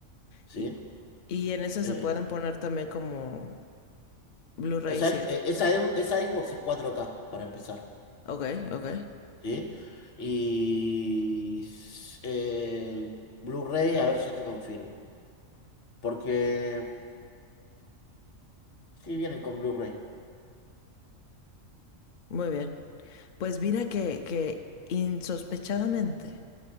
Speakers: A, on the left (about 55°); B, on the left (about 75°).
A: ¿sí?
B: Y, y en ese
A: Eh,
B: se pueden poner también como Blu-rays
A: o sea, es-
B: y eso.
A: eh, esa, esa Xbox es 4K, para empezar.
B: Ok, ok.
A: ¿sí? Y s- eh, Blu-ray, a ver, ya te confirmo. Porque sí vienen con Blu-ray.
B: Muy bien. Pues mira que, que insospechadamente